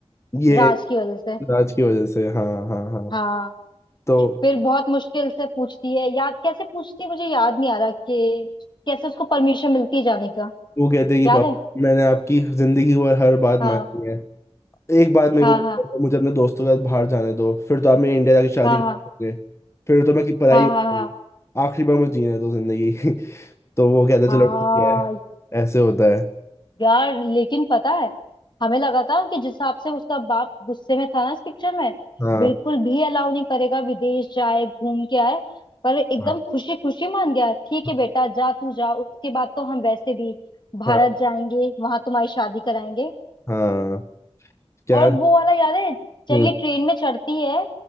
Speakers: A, on the left (about 25°); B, on the left (about 45°).
A: ये
B: राज की वजह से
A: राज की वजह से हाँ हाँ हाँ
B: हाँ
A: तो
B: फिर बहुत मुश्किल से पूछती है याद कैसे पूछती है मुझे याद नहीं आ रहा कि कैसे उसको परमिशन मिलती है जाने का
A: वो कहते हैं कि
B: याद
A: पापा
B: है
A: मैंने आपकी जिंदगी भर हर बात
B: हाँ
A: मानी है एक बात मेरे
B: हाँ
A: को
B: हाँ
A: मुझे अपने दोस्तों के साथ बाहर जाने दो फिर तो आप मेरे इंडिया जाके शादी
B: हाँ
A: करोगे
B: हाँ
A: फिर तो मैं की पढ़ाई
B: हाँ
A: करूंगी।
B: हाँ हाँ
A: आखिरी बार मुझे जीने दो जिंदगी <laughs> तो वो कहता है,
B: हाँ
A: चलो ठीक है ऐसे होता है
B: यार लेकिन पता है हमें लगा था कि जिस हिसाब से उसका बाप गुस्से में था ना इस पिक्चर में
A: हाँ
B: बिल्कुल भी अलाउ नहीं करेगा विदेश जाए घूम के आए पर एकदम
A: हाँ
B: खुशी खुशी मान गया ठीक
A: हाँ
B: है बेटा जा तू जा उसके बाद तो हम वैसे भी भारत
A: हाँ
B: जाएंगे वहां तुम्हारी शादी कराएंगे
A: हाँ, क्या
B: और वो वाला याद है जब
A: हम्म।
B: ये ट्रेन में चढ़ती है